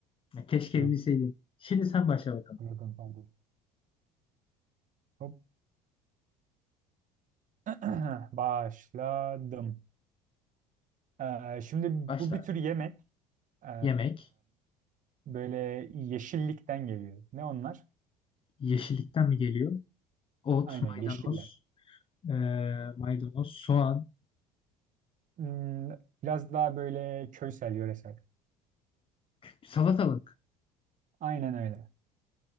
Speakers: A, on the left; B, on the right.
A: Keşke
B: Yok,
A: bilseydin. Şimdi sen başla bakalım.
B: anladım pardon. Hop. <clears throat> Başladım. Ee, şimdi
A: Başla.
B: bu bir tür yemek. Ee,
A: Yemek.
B: böyle yeşillikten geliyor. Ne onlar?
A: Yeşillikten mi geliyor? Ot,
B: Aynen
A: maydanoz,
B: yeşiller.
A: e, maydanoz, soğan,
B: Hmm, biraz daha böyle köysel, yöresel.
A: salatalık.
B: Aynen öyle.